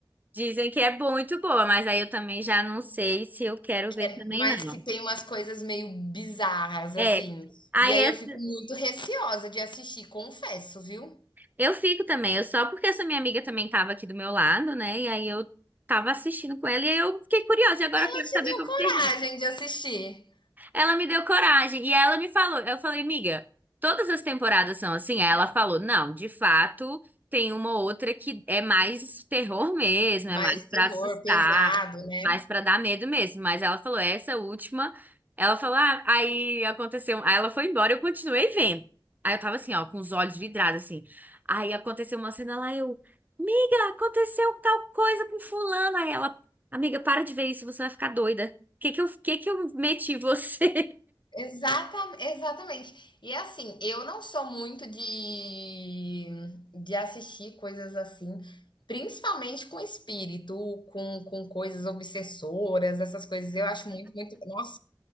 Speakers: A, on the right; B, on the left.
A: Dizem que é muito boa, mas aí eu também já não sei se eu quero
B: Que
A: ver
B: é
A: também,
B: mas
A: não.
B: que tem umas coisas meio bizarras,
A: É.
B: assim.
A: Aí
B: E aí
A: é-
B: eu fico muito receosa de assistir, confesso, viu?
A: eu fico também, eu só porque essa minha amiga também tava aqui do meu lado, né? E aí eu tava assistindo com ela e aí eu fiquei curiosa, e agora
B: Ela
A: eu quero
B: te
A: saber
B: deu
A: como
B: coragem
A: termina.
B: de assistir.
A: Ela me deu coragem e ela me falou, eu falei, miga, todas as temporadas são assim? Aí ela falou, não, de fato, tem uma ou outra que é mais terror mesmo,
B: Mais
A: é mais
B: terror
A: pra assustar,
B: pesado, né?
A: mais pra dar medo mesmo, mas ela falou essa última, ela falou, ah, aí aconteceu, aí ela foi embora, eu continuei vendo. Aí eu tava assim, ó, com os olhos vidrados assim. Aí aconteceu uma cena lá, eu, miga, aconteceu tal coisa com fulano. Aí ela, amiga, para de ver isso, você vai ficar doida. Que que eu, que que eu meti você?
B: Exata, exatamente. E assim, eu não sou muito de, de assistir coisas assim, principalmente com espírito, com, com coisas obsessoras, essas coisas. Eu acho muito, muito. Nossa,